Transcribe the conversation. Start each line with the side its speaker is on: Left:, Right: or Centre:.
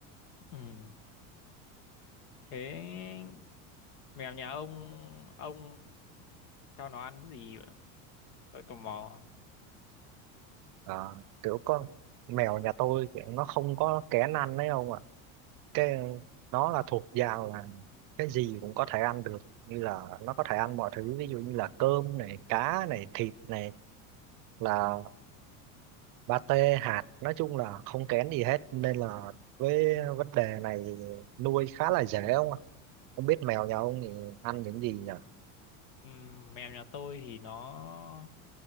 Left: Ừ. thế mèo nhà ông ông cho nó ăn gì vậy? tôi tò mò
Right: à, kiểu con mèo nhà tôi kiểu nó không có kén ăn đấy không ạ cái nó là thuộc dạng là cái gì cũng có thể ăn được như là nó có thể ăn mọi thứ ví dụ như là cơm này cá này thịt này là pate hạt nói chung là không kén gì hết nên là với vấn đề này nuôi khá là dễ không ạ không biết mèo nhà ông thì ăn những gì nhỉ
Left: ừ. mèo nhà tôi thì nó